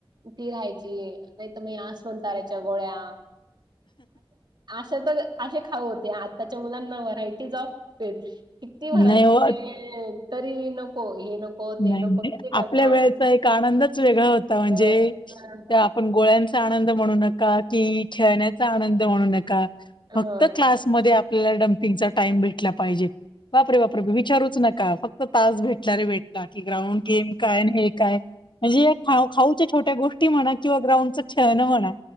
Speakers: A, on the right; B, on the left.
A: ती राहायची नाहीतर म आसमन ताराच्या गोळ्या असे तर असे खाऊ होते आताच्या मुलांना व्हरायटीज ऑफ किती व्हरायटीज
B: नाही हो
A: ये तरी नको हे नको ते
B: नाही
A: नको
B: नाही
A: किती करतात.
B: आपल्या वेळेचा एक आनंदच वेगळा होता म्हणजे
A: अ हां,
B: त्या आपण गोळ्यांच चा आनंद म्हणू नका की खेळण्याचा आनंद म्हणू नका
A: हां.
B: फक्त क्लास मध्ये आपल्याला डम्पिंगचा टाइम भेटला पाहिजे. बापरे बापरे विचारूच नका फक्त तास भेटला रे भेटला की ग्राउंड गेम काय अन् हे काय म्हणजे या खाऊच्या छोट्या गोष्टी म्हणा किंवा ग्राउंडच खेळण म्हणा.